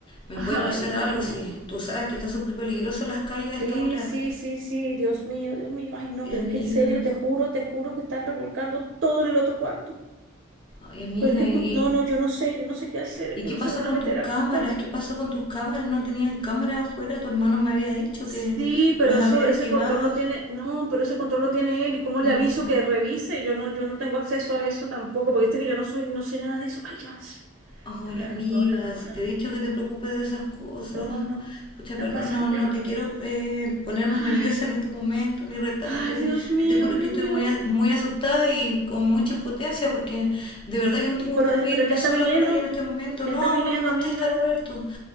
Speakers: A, on the left; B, on the right.
A: me
B: ay,
A: puede pasar
B: no.
A: algo. Si tú sabes que está súper peligroso en las calles a esta
B: Sí,
A: hora.
B: sí, sí, sí, Dios mío, Dios mío. Ay, no,
A: Ay,
B: pero
A: amiga,
B: es que en serio, te juro, te juro que están revolcando todo en el otro cuarto.
A: ay, amiga,
B: Pero es que,
A: y
B: escu- no, no, yo no sé, yo no sé qué hacer, es
A: y
B: que
A: qué
B: no
A: pasó
B: se vayan
A: con
B: a meter
A: tus cámaras?
B: acá.
A: ¿Qué pasó con tus cámaras? ¿No tenían cámaras afuera? Tu hermano me había dicho
B: Sí,
A: que
B: pero
A: las
B: eso,
A: había
B: ese
A: activado.
B: control lo tiene, no, pero ese control lo tiene él. ¿Y cómo le
A: No.
B: aviso que revise? Yo no, yo no tengo acceso a eso tampoco, porque viste que yo no soy, no sé nada de eso. Ay, ya. sh-
A: Ay,
B: No, no,
A: amiga,
B: no puedo hablar, no puedo
A: si
B: hablar.
A: te he dicho que te preocupes de esas cosas.
B: No, no.
A: Pucha,
B: Están
A: perdón,
B: pasando,
A: no, no
B: ya va.
A: te quiero eh, poner más
B: Ay,
A: <laughs> nerviosa en este momento ni retar,
B: ay,
A: pero
B: Dios mío,
A: que te juro
B: Dios
A: que estoy
B: mío.
A: muy, a- muy asustada y con mucha impotencia porque de verdad que no tengo
B: Y pero,
A: cómo irme
B: pero ya está
A: sola
B: viniendo,
A: para allá en este momento.
B: ya
A: No,
B: está
A: aún
B: viniendo,
A: no me contesta
B: amiga.
A: Roberto.